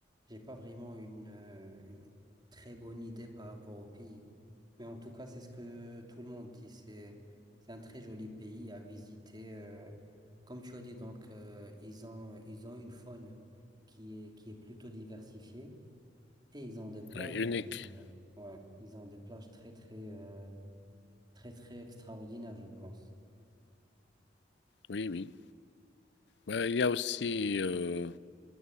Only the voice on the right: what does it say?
j'ai pas vraiment une, euh, une très bonne idée par rapport au pays. Mais en tout cas, c'est ce que tout le monde dit. C'est, c'est un très joli pays à visiter. euh, comme tu as dit, donc euh, ils ont, ils ont une faune qui est, qui est plutôt diversifiée et ils ont des plages,
euh, ouais, ils ont des plages très très. euh, Très, très extraordinaire, je pense.